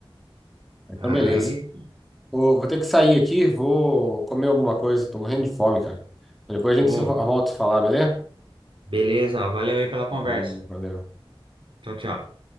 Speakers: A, in the centre; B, on the right.
A: Então,
B: Aí,
A: beleza. Ô, Vou, ter que sair aqui, vou comer alguma coisa, tô morrendo de fome, cara. Depois a
B: ô,
A: gente se vo- volta a falar, beleza?
B: beleza, valeu aí pela conversa.
A: Falou, Valeu.
B: Tchau, tchau.